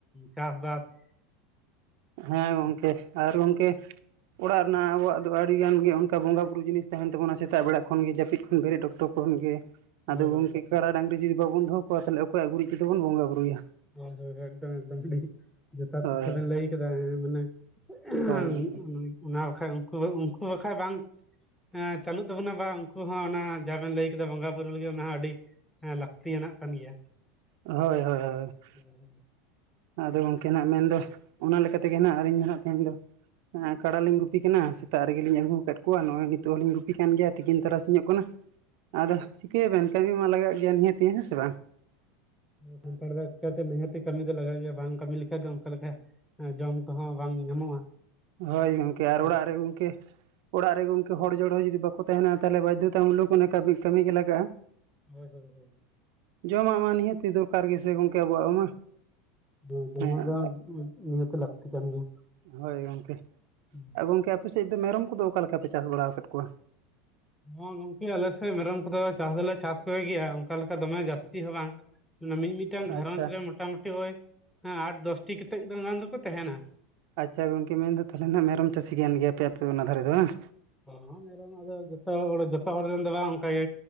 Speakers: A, in the centre; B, on the right (about 60°).
A: ᱪᱟᱥᱵᱟᱥ ᱾
B: ᱦᱮᱸ ᱜᱚᱝᱠᱮ ᱟᱨ ᱜᱚᱝᱠᱮ ᱥᱟᱸᱜ ᱚᱲᱟᱜ ᱨᱮᱱᱟᱜ ᱟᱵᱚᱣᱟᱜ ᱫᱚ ᱟᱰᱤᱜᱟᱱ ᱜᱮ ᱚᱱᱠᱟ ᱵᱚᱸᱜᱟᱼ ᱵᱩᱨᱩ ᱡᱤᱱᱤᱥ ᱛᱟᱦᱮᱱ ᱛᱟᱵᱚᱱᱟ ᱥᱮᱛᱟᱜ ᱵᱮᱲᱟ ᱠᱷᱚᱱᱜᱮ ᱡᱟᱯᱤᱫ ᱠᱷᱚᱱ ᱵᱮᱹᱨᱮᱹᱫ ᱚᱠᱛᱚ᱾ ᱷᱚᱱ ᱜᱮ
A: ᱦᱳᱭ
B: ᱟᱫᱚ
A: ᱦᱳᱭ
B: ᱜᱚᱝᱠᱮ ᱠᱟᱲᱟ ᱰᱟᱝᱨᱤ ᱡᱩᱫᱤ ᱵᱟᱵᱚᱱ ᱫᱚᱦᱚ ᱠᱚᱣᱟ ᱛᱟᱦᱞᱮ ᱚᱠᱚᱭᱟᱜ ᱜᱩᱨᱤᱡ ᱛᱮᱫᱚ ᱵᱚᱱ ᱵᱚᱸᱜᱟ ᱵᱩᱨᱩᱭᱟ ᱾
A: ᱦᱳᱭ -ᱦᱳᱭ ᱮᱠᱫᱚᱢ -ᱮᱠᱫᱚᱢ ᱟᱹᱰᱤ ᱡᱚᱛᱷᱟᱛ
B: ᱦᱳᱭ
A: ᱠᱟᱛᱷᱟ ᱵᱮᱱ ᱞᱟᱹᱭ ᱠᱟᱫᱟ ᱦᱮᱸ ᱢᱟᱱᱮ ᱷᱟᱸᱦᱮᱸ
B: ᱦᱳᱭ ᱜᱚᱝᱠᱮ
A: ᱩᱜ-ᱩᱜ ᱚᱱᱟ ᱵᱟᱠᱷᱟᱡ ᱩᱱᱠᱩ ᱩᱱᱠᱩ ᱵᱟᱠᱷᱟᱡ ᱵᱟᱝ ᱮᱸ ᱪᱟᱹᱞᱩᱜ ᱛᱟᱵᱚᱱᱟ ᱵᱟ ᱩᱱᱠᱩ ᱦᱚᱸ ᱚᱱᱟ ᱡᱟᱵᱮᱱ ᱞᱟᱹᱭ ᱠᱮᱫᱟ ᱵᱚᱸᱜᱟ ᱵᱩᱩᱨ ᱞᱟᱹᱜᱤᱫ ᱚᱱᱟ ᱦᱚᱸ ᱟᱰᱤ ᱮᱸ ᱞᱟᱠᱛᱤᱭᱟᱱᱟᱜ ᱠᱟᱱ ᱜᱮᱭᱟ᱾
B: ᱦᱳᱭ -ᱦᱳᱭ -ᱦᱳᱭ ᱾
A: ᱷᱩᱸᱦᱩᱸᱜ ᱾
B: ᱟᱫᱚ ᱜᱚᱝᱠᱮ ᱱᱟᱜ ᱢᱮᱱᱫᱚ ᱚᱱᱟ ᱞᱮᱠᱟ ᱛᱮᱜᱮ ᱱᱟᱜ ᱟᱨ ᱤᱧ ᱫᱚ ᱱᱟᱜ ᱛᱮᱹᱦᱮᱹᱧ ᱫᱚ ᱾ ᱟᱸ ᱠᱟᱲᱟ ᱞᱤᱧ ᱜᱩᱯᱤ ᱠᱟᱱᱟ ᱥᱮᱛᱟᱜ ᱨᱮᱜᱮᱞᱤᱧ ᱟᱹᱜᱩ ᱟᱠᱟᱫ ᱠᱚᱣᱟ ᱱᱚᱜ ᱚᱭ ᱱᱤᱛᱚᱜ ᱦᱚᱸᱞᱤᱧ ᱜᱩᱯᱤ ᱠᱟᱱ ᱜᱮᱭᱟ ᱛᱤᱠᱤᱱ ᱛᱟᱨᱟᱥᱤᱧᱚᱜ ᱠᱟᱱᱟ᱾ ᱟᱫᱚ ᱪᱤᱠᱟᱹᱭᱟᱵᱮᱱ ᱠᱟᱹᱢᱤ ᱢᱟ ᱞᱟᱜᱟᱜ ᱜᱮᱭᱟ ᱱᱤᱦᱟᱹᱛᱤᱜ ᱦᱮᱸ ᱥᱮ ᱵᱟᱝ ᱾
A: ᱦᱮᱸ ᱥᱟᱱᱛᱟᱲ ᱫᱟᱠ ᱟᱵᱚ ᱫᱚ ᱱᱤᱦᱟᱹᱛᱤ ᱠᱟᱹᱢᱤ ᱫᱚ ᱞᱟᱜᱟᱜ ᱜᱮᱭᱟ, ᱵᱟᱝ ᱠᱟᱹᱢᱤ ᱞᱮᱠᱷᱟᱡ ᱫᱚ ᱚᱸᱠᱟ ᱞᱮᱠᱟ ᱟᱸ ᱡᱚᱢ ᱠᱚᱦᱚᱸ ᱵᱟᱝ ᱧᱟᱢᱚᱜᱼᱟ᱾
B: ᱦᱳᱭ ᱜᱚᱝᱠᱮ ᱟᱨ
A: ᱦᱳᱭ
B: ᱚᱲᱟᱜ ᱨᱮ ᱜᱚᱝᱠᱮ ᱚᱲᱟᱜ ᱨᱮ ᱜᱚᱝᱠᱮ ᱦᱚᱲ ᱡᱚᱲ ᱦᱚᱸ ᱡᱩᱫᱤ ᱵᱟ- ᱠᱚ ᱛᱟᱦᱮᱱᱟ ᱛᱟᱦᱮᱞᱮ ᱵᱟᱡᱽᱫᱷᱚ ᱛᱮ ᱦᱟᱢᱞᱳᱜᱚ ᱱᱮ ᱠᱟᱵᱤ ᱠᱟᱹᱢᱤ ᱜᱮ ᱞᱟᱜᱟᱜᱼᱟ᱾
A: ᱦᱚᱭ ᱦᱚᱭ ᱦᱚᱭ ᱾
B: ᱡᱚᱢᱟᱜ ᱢᱟ ᱱᱤᱦᱟᱹᱛᱤ ᱫᱚᱨᱠᱟᱨ ᱜᱮᱥᱮ ᱜᱚᱝᱠᱮ ᱟᱵᱚᱣᱟᱜ ᱢᱟ?
A: ᱦᱩᱸ, ᱡᱚᱢᱟᱜ
B: ᱦᱮᱸ
A: ᱫᱚ ᱦᱟᱸᱜ ᱩᱸ ᱱᱤᱦᱟᱹᱛᱤ ᱞᱟᱹᱠᱛᱤ ᱠᱟᱱ ᱜᱮᱭᱟ,
B: ᱦᱳᱭ ᱜᱚᱝᱠᱮ
A: ᱦᱩᱸ ᱾
B: ᱟᱨ ᱜᱚᱝᱠᱮ ᱟᱯᱮ ᱥᱮᱡ ᱫᱚ ᱢᱮᱨᱚᱢ ᱠᱚᱫᱚ ᱚᱠᱟ ᱞᱮᱠᱟ ᱯᱮ ᱪᱟᱥ ᱵᱟᱲᱟᱣ ᱟᱠᱟᱫ ᱠᱚᱣᱟ?
A: ᱦᱚᱭ ᱜᱚᱝᱠᱮ ᱟᱞᱮᱥᱮᱫ ᱢᱮᱨᱚᱢ ᱠᱚᱫᱚ ᱪᱟᱥ ᱫᱚᱞᱮ ᱪᱟᱥ ᱠᱚ ᱜᱮᱭᱟ ᱚᱸᱠᱟ ᱞᱮᱠᱟ ᱫᱚᱢᱮ ᱡᱟᱹᱥᱛᱤ ᱦᱚᱸ ᱵᱟᱝ, ᱢᱟᱱᱮ ᱢᱤᱡ ᱢᱤᱫᱴᱟᱝ
B: ᱟᱪᱪᱷᱟ
A: ᱜᱷᱟᱨᱚᱸᱡᱽ ᱨᱮ ᱢᱳᱴᱟᱢᱩᱴᱤ ᱳᱭ ᱟᱴᱼᱫᱚᱥ ᱴᱤ ᱠᱮᱴᱮᱡ ᱫᱚ ᱜᱟᱱ ᱫᱚᱠᱚ ᱛᱟᱦᱮᱸᱱᱟ᱾
B: ᱟᱪᱪᱷᱟ ᱜᱚᱝᱠᱮ ᱢᱮᱱ ᱮᱫᱟ ᱛᱟᱦᱮᱞᱮ ᱱᱷᱟᱸᱜ ᱢᱮᱨᱚᱢ ᱪᱟᱹᱥᱤ ᱠᱟᱱ ᱜᱮᱭᱟ ᱯᱮ ᱟᱯᱮ ᱚᱱᱟ ᱫᱷᱟᱨᱮ ᱫᱚ ᱵᱟᱝ?
A: ᱦᱚᱸ ᱢᱮᱨᱚᱢ ᱟᱫᱚ ᱡᱚᱛᱚ ᱦᱚᱲ ᱡᱚᱛᱚ ᱦᱚᱲ ᱨᱮᱱ ᱫᱚ ᱵᱟᱝ, ᱚᱱᱠᱟ ᱜᱮ᱾